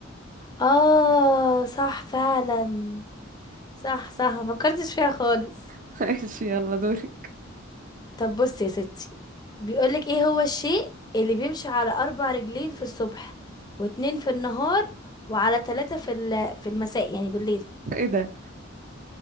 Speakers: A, on the left (about 20°); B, on the right (about 40°).
A: اه صح فعلا صح صح ما فكرتش فيها خالص
B: <laughs> ماشي يلا دورك
A: طب بص يا ستي بيقولك ايه هو الشيء اللي بيمشي على اربع رجلين في الصبح واتنين في النهار وعلى تلاتة في ال- في المساء يعني بالليل
B: ايه ده